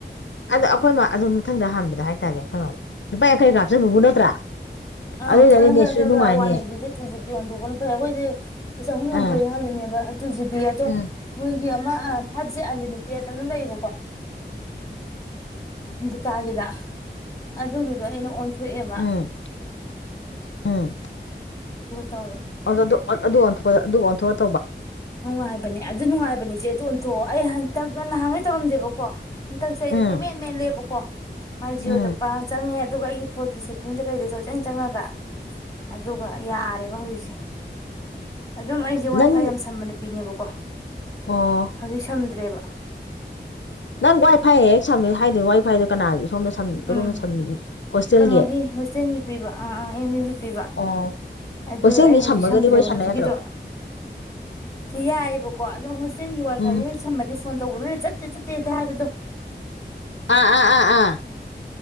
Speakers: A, on the left; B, on the left.
A: ꯑꯗꯣ ꯑꯩꯈꯣꯏ ꯃꯥ ꯑꯗꯨ ꯃꯊꯪꯗ ꯍꯥꯟꯕꯗ ꯍꯥꯏꯇꯥꯔꯦ ꯑꯩꯈꯣꯏ ꯃꯥꯗ ꯂꯨꯄꯥ ꯌꯥꯡꯈꯩꯒ ꯍꯥꯞꯆꯤꯟꯕꯕꯨ
B: ꯎꯝ
A: ꯅꯠꯇ꯭ꯔꯥ
B: ꯑꯥ
A: ꯑꯗꯨꯏꯗꯤ
B: ꯂꯨꯄꯥ ꯌꯥꯡꯈꯩ
A: ꯅꯦꯠꯁꯨ
B: ꯍꯥꯞꯆꯜꯂꯒ
A: ꯅꯨꯡꯉꯥꯏꯅꯤ
B: ꯋꯥꯟ ꯖꯤꯕꯤꯗꯤ ꯇꯨ ꯖꯤꯕꯤ ꯑꯣꯟꯊꯣꯛꯄꯅ ꯐꯩ ꯑꯩꯈꯣꯏꯗꯤꯦ ꯆꯍꯨꯝ ꯌꯥꯡꯈꯩ
A: ꯑꯥ
B: ꯍꯥꯜꯂꯤꯅꯦꯕ ꯇꯨ ꯖꯤꯕꯤ ꯑꯗꯣ
A: ꯎꯝ
B: ꯃꯣꯏꯒꯤ ꯑꯃ ꯑꯥ ꯐꯥꯢꯕꯖꯦ ꯑꯟꯂꯤꯃꯤꯇꯦꯠ ꯑꯗꯨꯝ ꯂꯩꯕ ꯀꯣ ꯑꯝꯇ ꯇꯥꯒꯦꯗ ꯑꯗꯨꯒꯤꯗꯣ ꯑꯩꯅ ꯑꯣꯟ ꯊꯣꯛ ꯑꯦꯕ
A: ꯎꯝ ꯎꯝ
B: ꯇꯧꯋꯦ
A: ꯑꯗꯨꯗꯣ ꯑꯗꯨ ꯑꯣꯟꯊꯣꯛꯑꯦ ꯑꯗꯨꯒ ꯑꯣꯟꯊꯣꯛ
B: ꯅꯨꯡꯥꯏꯕꯅꯦ ꯑꯗꯨ ꯅꯨꯡꯉꯥꯏ ꯍꯥꯏꯕꯅꯤꯁꯦ ꯑꯗꯨ ꯑꯣꯟꯊꯣꯛꯑꯣ ꯑꯩ ꯍꯟꯇꯛ ꯅꯍꯥꯟꯈꯩ ꯇꯧꯔꯝꯗꯦꯕꯀꯣ ꯍꯟꯗꯛꯁꯦ ꯑꯩꯁꯦ
A: ꯎꯝ
B: ꯀꯣꯏꯃꯦꯠ ꯃꯦꯠꯂꯦꯕꯀꯣ <inaudible> ꯃꯥꯏ ꯖꯤꯑꯣꯗꯣ
A: ꯎꯝ
B: ꯄꯥꯛ ꯆꯪꯉꯦ ꯌꯥꯗꯦ ꯑꯗꯨꯒ ꯑꯩꯒꯤ ꯐꯣꯜꯒꯤ ꯁꯦꯠꯇꯤꯡꯗ ꯀꯩꯗꯁꯨ ꯄꯪꯆꯪ ꯆꯪꯉꯒ ꯑꯗꯨꯒ ꯌꯥꯔꯦꯕ ꯍꯧꯖꯤꯛꯁꯦ ꯑꯗꯣ ꯋꯥꯏꯐꯥꯏ
A: ꯅꯪ
B: ꯌꯥꯝ ꯁꯝꯕ ꯅꯨꯄꯤꯅꯦꯕꯣ <inaudible>
A: ꯑꯣ
B: ꯍꯧꯖꯤꯛ ꯁꯝꯗ꯭ꯔꯦꯕ <inaudible>
A: ꯅꯪ ꯋꯥꯏ ꯐꯥꯏ ꯍꯦꯛ ꯁꯝꯃꯦ ꯍꯥꯏꯗꯣ ꯋꯥꯏꯐꯥꯏꯗꯣ ꯀꯅꯥꯒꯤ ꯁꯣꯝꯗ ꯀꯗꯣꯝꯗ
B: ꯎꯝ
A: ꯁꯝꯃꯤ ꯍꯣꯁꯇꯦꯜꯒꯤ
B: ꯀꯩꯅꯣꯒꯤ ꯍꯣꯁꯇꯦꯜꯒꯤ ꯄꯤꯕ ꯑ ꯑ ꯑꯦꯝ ꯌꯨꯒꯤ ꯄꯤꯕ
A: ꯑꯣ
B: ꯑꯗꯨ
A: ꯍꯣꯁꯇꯦꯜꯒꯤ
B: ꯑꯩ ꯍꯧꯖꯤꯛ
A: ꯁꯝꯃꯒꯗꯤ
B: ꯁꯝꯗ꯭ꯔꯦꯕ
A: ꯋꯥꯔꯤ ꯁꯥꯟꯅ
B: ꯍꯧꯖꯤꯛꯀꯤꯗꯣ
A: ꯌꯥꯗ꯭ꯔꯣ
B: ꯌꯥꯏꯑꯕꯀꯣ ꯑꯣ ꯍꯣꯁꯇꯦꯜꯒꯤ ꯋꯥꯏꯐꯥꯏꯗꯤ
A: ꯎꯝ
B: ꯍꯦꯛ ꯁꯝꯃꯗꯤ ꯐꯣꯟ ꯇꯧꯕꯗꯣ ꯆꯠꯇꯦ ꯆꯠꯇꯦ ꯍꯦꯛꯇ ꯍꯥꯏꯕꯗꯣ
A: ꯑꯥ ꯑꯥ ꯑꯥ ꯑꯥ